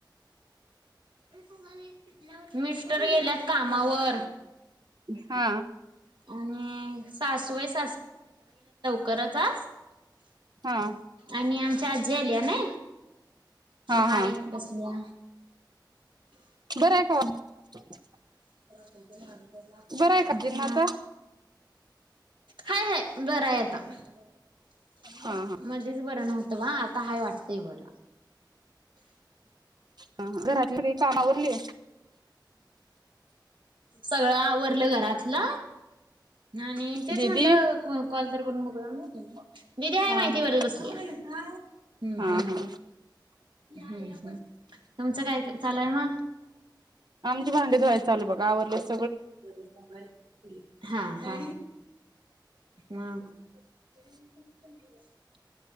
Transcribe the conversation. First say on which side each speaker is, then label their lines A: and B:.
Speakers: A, on the right; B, on the right.
A: <inaudible> मिस्टर गेल्या कामावर
B: हा
A: आणि- सासू <unintelligible> <unintelligible> काय
B: हा
A: आणि आ चार्ज झाल्या ना
B: हा
A: हाय
B: हा
A: -बसल्या
B: बरं आहे का <inaudible>
A: <inaudible>
B: बरं आहे का आजींना आता
A: हाय बराय आता <inaudible>
B: हा हा
A: मध्ये बरं नव्हतं ना आता हाय वाटतंय बरं <inaudible>
B: हा घरातली काही काम आवरली
A: सगळं आवरलं घरातलं आणि तेच
B: दीदी
A: म्हटलं <unintelligible> <unintelligible> दिदी आहे
B: हा हा
A: <unintelligible> हम्
B: हा हा
A: हम् तुमचं काय चाललय मग
B: आल बघ आवरलंच
A: <inaudible> हा हा हम्